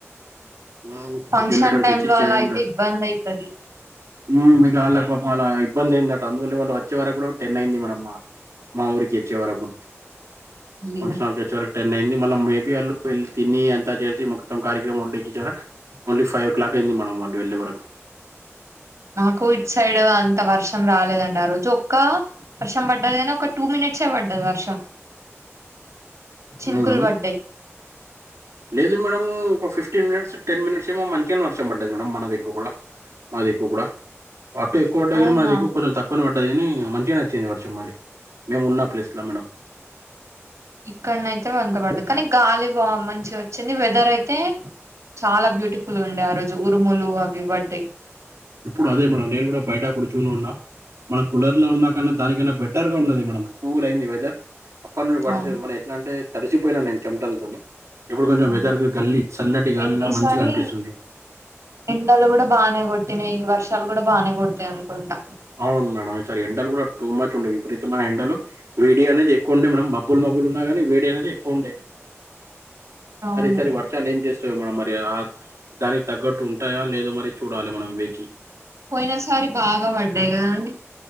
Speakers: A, on the right; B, on the right.
A: మ్
B: ఫంక్షన్
A: జనరేటర్
B: టైమ్‌లో
A: తెచ్చి ఇచ్చేది
B: అలా
A: రూమ్
B: అయితే
A: ల
B: ఇబ్బందయితది.
A: మ్ మీకు వాళ్ళక వాళ్ ఇబ్బంది అయిందిందటా. అందువల్ల వాళ్ళు వచ్చే వరకు కూడా టెన్ అయింది మేడమ్ మా మా ఊరికి వచ్చేవరకు
B: అయ్యో!
A: ఫంక్షన్ హాల్ కి వచ్చేవరకు టెన్ అయి మళ్ళీ మలం మేబీ వాళ్ళు వెళ్ళి తినీ అంత చేసి మొత్తం కార్యక్రమండేకి చరా ఓన్లీ ఫైవ్ ఓ క్లాక్ అయింది మ మనం వాళ్ళు వెళ్లే వరకు
B: మాకు ఇట్ సైడ్ అంత వర్షం రాలేదండి ఆరోజు ఒక్క వర్షం పడ్డది కాని ఒక టూ మినిట్ ఇచ్చే పడ్డదు వర్షం చిన్కుల్
A: ఉమ్.
B: వడ్డయి
A: లేదు మేడం ఒక ఫిఫ్టీన్ మినిట్స్, టెన్ మినిట్స్ ఏమో మంచిగా వర్షం పడ్డది మేడం మన దగ్గర కూడా మాది ఎక్కువ కూడా అటు ఎక్కువ పడ్డా
B: అవునా?
A: కానీ మాది ఎక్కువ కొంచెం తక్కువనే ప డ్డది కాని మంచిగానే వచ్చింది వర్షం మాది మేము ఉన్న ప్లేస్ లో మేడం.
B: ఇక్కడన అయితే వంత పడలేదు. కానీ గాలి బా మంచిగా వచ్చింది వెదర్ అయితే చాలా బ్యూటిఫుల్ గా ఉండే ఆ రోజు ఉరుములు అవి వడ్డీ
A: ఇప్పుడు అదే మేడం నేను కూడా బయట కూర్చుని ఉన్నా మనం కూలర్ లో ఉన్నా కాన్నా దానికన్నా బెటర్ గా ఉన్నది మేడం కూల్ అయింది వెదర్ అప్పటి ను వర్షం
B: అవును.
A: మన ఎట్లా అంటే తడిసిపోయినా నేను చెమటలతోని ఇప్పుడు కొంచెం
B: అవును.
A: వెదర్ గల్లి చల్లటి గాలిలా
B: ఎన్ ఈసారి
A: మంచిగా అనిపిస్తుంది.
B: ఎండలు కూడా బానే కొట్టినాయి. ఈ వర్షాలు కూడా బానే కొడతాయి అనుకుంటా
A: అవును మేడం ఈసారి ఎండలు కూడా టూ మచ్ ఉండే విపరీతమైన ఎండలు వేడి అనేది ఎక్కువ ఉండే మేడం మబ్బల్ మబ్బులన్న గానీ వేడి అనేది ఎక్కువ ఉండే
B: <inaudible> అవును.
A: మరి ఈ సరి వర్షాలు ఏం చేస్ స్తయో మనం మరి ఆ దానికి తగ్గట్టు ఉంటాయా లేదో మరి చూడాలి మనం వేచి
B: పోయిన సారి బాగా పడ్డాయి కదండి